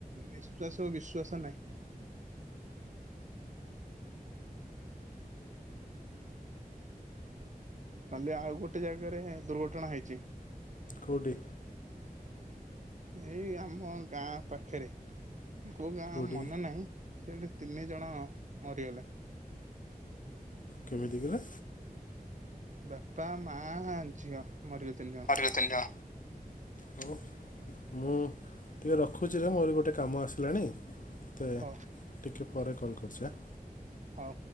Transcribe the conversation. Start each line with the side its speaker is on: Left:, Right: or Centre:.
Right: ନିଶ୍ଵାସକୁ ବିଶ୍ଵାସ ନାହିଁ। କାଲି ଆଉ ଗୋଟେ ଜାଗାରେ ଦୁର୍ଘଟଣା ହେଇଚି।
Left: କୋଉଠି?
Right: ଏଇ ଆମ ଗାଁ ପାଖେରେ କୋଉ ଗାଁ
Left: କେଉଁଠି
Right: ଆଉ ମାନେ ନାହିଁ। ସେଠି ତିନି ଜଣ ମରିଗଲେ।
Left: କେମିତି କିରେ?
Right: ବାପା, ମାଆ, ଝିଅ ମରିବେ ତିନି ଜ
Left: ଯୋଉ ତିନଜଣ। ହଁ ମୁଁ ଟିକେ ରଖୁଚି ରେ ମୋର ଗୋଟେ କାମ ଆସିଲାଣି। ତତେ
Right: ହଉ
Left: ଟିକେ ପରେ କଲ୍ କରୁଚି ଆ।
Right: ହଉ।